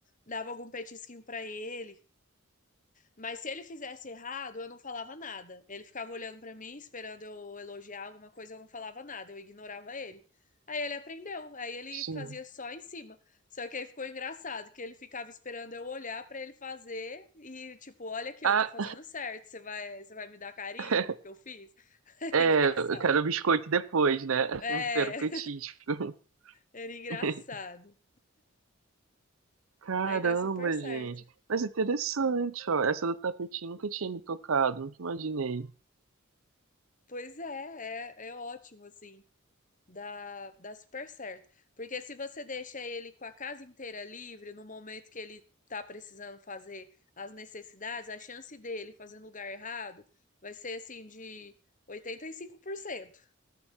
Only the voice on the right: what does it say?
Sim.
Ah,
<laughs>
é,
eu quero biscoito depois, né? <laughs>
Eu quero petisco.
<laughs> Caramba,
gente. Mas é interessante, ó. Essa do tapetinho nunca tinha me tocado, nunca imaginei.